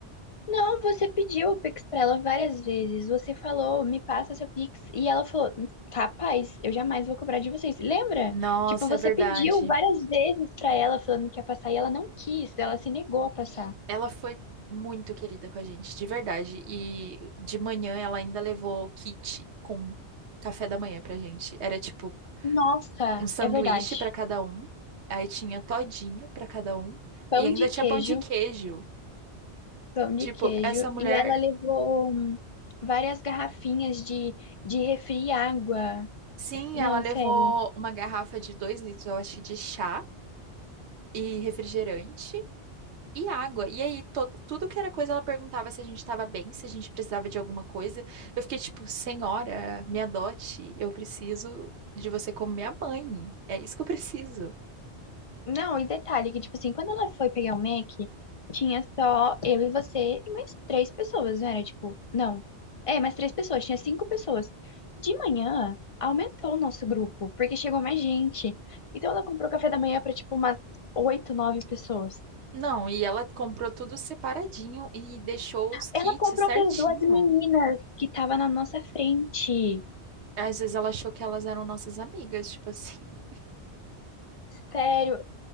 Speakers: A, on the left; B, on the right.
A: Não, você pediu o Pix pra ela várias vezes. Você falou, me passa seu Pix. E ela falou, capaz, eu jamais vou cobrar de vocês. Lembra?
B: Nossa,
A: Tipo, você
B: é verdade.
A: pediu várias vezes pra ela falando que ia passar e ela não quis, ela se negou a passar.
B: Ela foi muito querida com a gente, de verdade. E de manhã ela ainda levou kit com café da manhã pra gente. Era tipo
A: Nossa,
B: um sanduíche
A: é verdade.
B: pra cada um, aí tinha todinho pra cada um
A: Pão
B: e ainda
A: de
B: tinha
A: queijo,
B: pão de queijo.
A: pão de
B: Tipo,
A: queijo.
B: essa mulher,
A: E ela levou hum, várias garrafinhas de, de refri e água.
B: sim,
A: Não,
B: ela levou
A: sério.
B: uma garrafa de dois litros, eu acho, de chá e refrigerante e água. E aí, todo, tudo que era coisa, ela perguntava se a gente tava bem, se a gente precisava de alguma coisa. Eu fiquei tipo, senhora, me adote, eu preciso de você como minha mãe. É isso que eu preciso.
A: Não, e detalhe que, tipo assim, quando ela foi pegar o Mac, tinha só eu e você e mais três pessoas, não era? Tipo, não. É, mais três pessoas, tinha cinco pessoas. De manhã, aumentou o nosso grupo, porque chegou mais gente. Então ela comprou café da manhã pra, tipo, umas oito, nove pessoas.
B: Não, e ela comprou tudo separadinho e deixou os kits
A: Ela comprou
B: certinho.
A: para duas meninas que estavam na nossa frente.
B: Às vezes ela achou que elas eram nossas amigas, tipo assim. <laughs>
A: Sério.